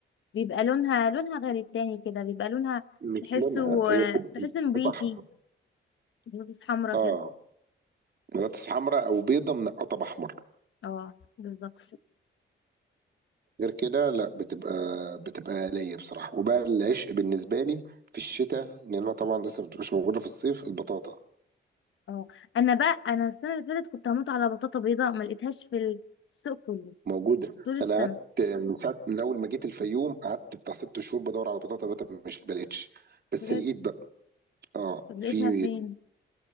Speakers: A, on the left; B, on the right.
A: بيبقى لونها لونها غير التاني كده بيبقى لونها
B: مش
A: تحسه
B: لونها هي
A: آه،
B: بتبقى
A: تحسه نبيتي
B: قطع احمر.
A: بطاطس حمرا كده
B: اه بطاطس حمراء او بيضة منقطة باحمر
A: اه بالظبط
B: غير كده لا بتبقى بتبقى آلية بصراحة وبقى العشق بالنسبة لي في الشتاء لأنها طبعا لسه ما بتبقاش موجودة في الصيف البطاطا
A: اه انا بقى انا السنه اللي فاتت كنت هموت على بطاطا بيضاء ما لقيتهاش في السوق كله
B: موجودة
A: طول السنه
B: أنا قعدت من ساعة من أول ما جيت الفيوم قعدت بتاع ست شهور بدور على بطاطا بقى مش بلاقيتش بس
A: بجد
B: لقيت بقى اه
A: طب لقيتها
B: في
A: فين